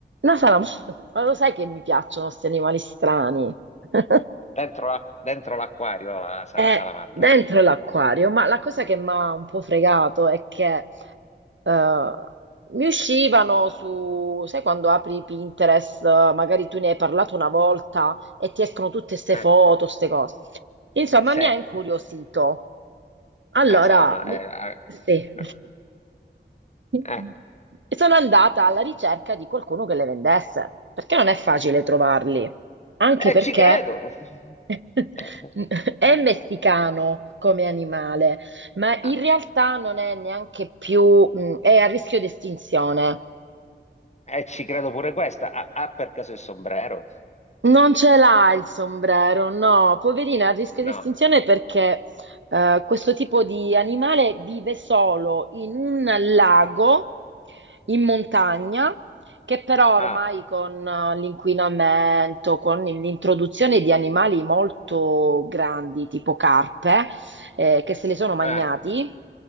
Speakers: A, on the right; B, on the left.
A: Una salamandra, <laughs> ma lo sai che mi piacciono questi animali strani? <laughs>
B: Dentro la- dentro l'acquario la sa-
A: È
B: salamandra.
A: dentro l'acquario, ma la cosa che mi ha un po' fregato è che eh, mi uscivano su, sai quando apri Pinterest, eh, magari tu ne hai parlato una volta e ti escono tutte queste
B: Eh,
A: foto, queste cose. Insomma,
B: se
A: mi ha incuriosito. Allora,
B: a salamandra.
A: mi-
B: Eh,
A: sì.
B: eh,
A: <laughs>
B: eh.
A: E Sono andata alla ricerca di qualcuno che le vendesse, perché non è facile trovarli, anche
B: Eh,
A: perché
B: ci credo. <laughs>
A: <laughs>
B: Eh,
A: è messicano
B: eh.
A: come animale, ma
B: Ah,
A: in realtà non è neanche più, mh, è a rischio di estinzione.
B: eh, ci credo pure questa. Ha ha per caso il sombrero?
A: Non ce l'ha
B: No,
A: il sombrero, no, poverina, a rischio
B: no.
A: di estinzione perché eh, questo tipo di animale vive solo in un lago in montagna, che però
B: Ah,
A: ormai con eh, l'inquinamento, con l'introduzione di animali molto grandi, tipo carpe, eh, che se li sono magnati,
B: eh,